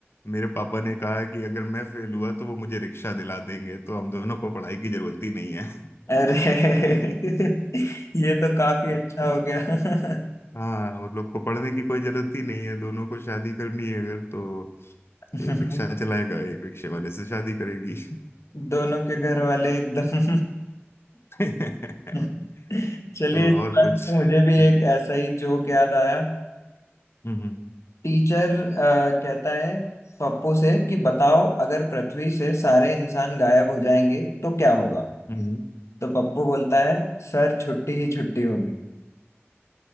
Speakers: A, on the left; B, on the left.
A: मेरे पापा ने कहा है कि अगर मैं फेल हुआ तो वो मुझे रिक्शा दिला देंगे तो हम दोनों को पढ़ाई की जरूरत ही नहीं है
B: अरे <laughs> ये तो काफी
A: <laughs>
B: अच्छा हो गया
A: हाँ उन लोग को पढ़ने की कोई जरूरत ही नहीं है दोनों को शादी करनी है अगर तो
B: <laughs>
A: एक रिक्शा चलाएगा एक रिक्शे वाले से शादी करेगी
B: दोनों के घर वाले एकदम
A: <laughs>
B: <laughs> चलिए
A: तो
B: इस
A: और
B: बात
A: कुछ
B: से मुझे भी
A: हम्म
B: एक ऐसा ही जोक याद आया
A: हम्म
B: टीचर अ, कहता है पप्पू से कि बताओ अगर पृथ्वी से सारे इंसान गायब हो जाएंगे तो क्या होगा
A: हम्म।
B: तो पप्पू बोलता है सर छुट्टी ही छुट्टी होगी